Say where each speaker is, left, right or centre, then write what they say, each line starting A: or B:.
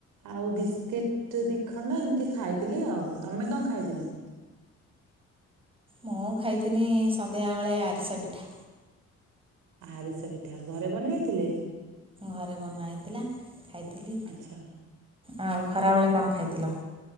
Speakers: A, on the right; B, on the right.
A: ଆଉ ବିସ୍କିଟ ଦିଖଣ୍ଡ ଏମ ଏମତି ଖାଇଥିଲି ଆଉ। ତମେ କଣ ଖାଇଥିଲ?
B: ମୁଁ ଖାଇଥିନି ସନ୍ଧ୍ୟାବେଳେ ଆରିସା ପିଠା।
A: ଆରିସା ପିଠା ଘରେ ବନେଇଥିଲେ?
B: ଘରେ ବନା ହେଇଥିଲା ଖାଇଥିଲି।
A: ଆଛା।
B: ଆଉ ଖରାବେଳେ କଣ ଖାଇଥିଲ?